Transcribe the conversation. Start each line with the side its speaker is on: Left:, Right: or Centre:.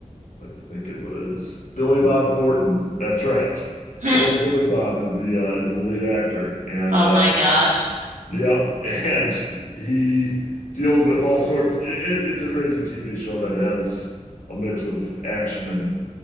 Left: I think it was Billy Bob Thornton. That's right. <laughs>
Right: <laughs>
Left: Good old Billy Bob is the uh, is the lead actor, and
Right: Oh
Left: uh,
Right: my gosh.
Left: yep, and he deals with all sorts. It, it, it's a crazy TV show that has a mix of action and